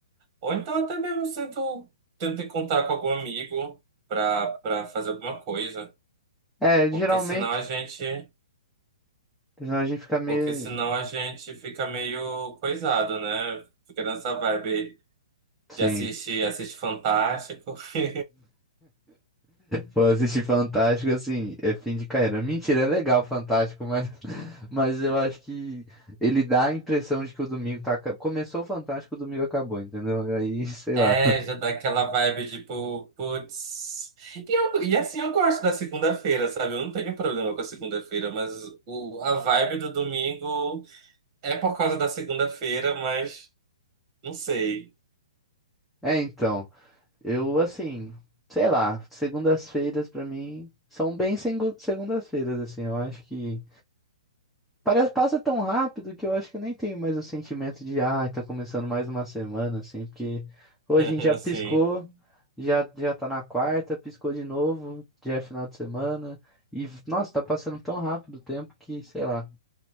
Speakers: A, on the right; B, in the centre.
A: Ou então até mesmo tento, tento encontrar com algum amigo pra, pra fazer alguma coisa.
B: é,
A: Porque
B: geralmente,
A: senão a gente,
B: senão a gente fica meio...
A: porque senão a gente fica meio coisado, né? Fica nessa vibe.
B: Sim.
A: Já assiste, assiste Fantástico. <laughs>
B: Pô, assistir Fantástico, assim, é fim de carreira. Mentira, é legal Fantástico, mas, <laughs> mas eu acho que ele dá a impressão de que o domingo tá. aca- Começou o Fantástico, o domingo acabou, entendeu? Aí, <laughs> sei
A: É,
B: lá.
A: já dá aquela vibe tipo, putz. E, eu- e assim, eu gosto da segunda-feira, sabe? Eu não tenho problema com a segunda-feira, mas o, a vibe do domingo é por causa da segunda-feira, mas não sei.
B: É, então, eu, assim, sei lá, segundas-feiras pra mim são bem segu- segundas-feiras, assim, eu acho que. Parece, passa tão rápido que eu acho que eu nem tenho mais o sentimento de, ah, tá começando mais uma semana, assim, porque pô, a
A: <laughs>
B: gente já
A: Assim.
B: piscou, já, já tá na quarta, piscou de novo, já é final de semana, e, nossa, tá passando tão rápido o tempo que, sei lá.